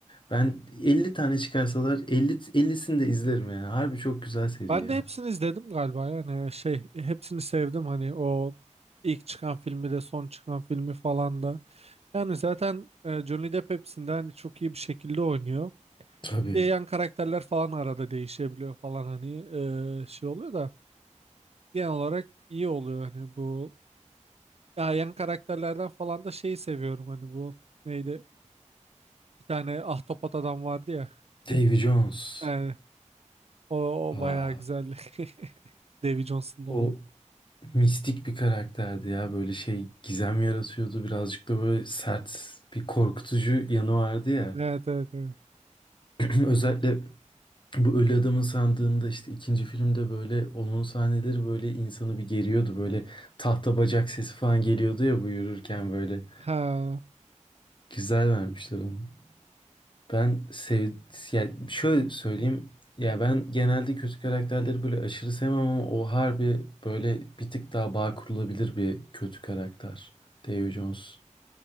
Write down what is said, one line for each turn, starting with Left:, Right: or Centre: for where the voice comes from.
Left: Ben 50 tane çıkarsalar 50 50'sini de izlerim yani. Harbi çok güzel seri
Right: Ben
Left: ya.
Right: de hepsini izledim galiba yani şey hepsini sevdim hani o ilk çıkan filmi de son çıkan filmi falan da. Yani zaten e, Johnny Depp hepsinde hani çok iyi bir şekilde oynuyor.
Left: Tabii.
Right: E, yan karakterler falan arada değişebiliyor falan hani e, şey oluyor da genel olarak iyi oluyor hani bu Ya yan karakterlerden falan da şeyi seviyorum hani bu neydi? Bir tane ahtapot adam vardı ya.
Left: Davy Jones.
Right: Yani o, o
Left: Aa,
Right: bayağı güzeldi. <laughs> Davy Johnson'da
Left: o
Right: olan.
Left: mistik bir karakterdi ya. Böyle şey gizem yaratıyordu. Birazcık da böyle sert bir korkutucu yanı vardı ya.
Right: Evet evet evet.
Left: <clears throat> Özellikle Bu Ölü Adamın Sandığı'nda işte ikinci filmde böyle onun sahneleri böyle insanı bir geriyordu. Böyle tahta bacak sesi falan geliyordu ya bu yürürken böyle.
Right: Ha.
Left: Güzel vermişler onu. Ben sev yani şöyle söyleyeyim. Ya ben genelde kötü karakterleri böyle aşırı sevmem ama o harbi böyle bir tık daha bağ kurulabilir bir kötü karakter. Davy Jones.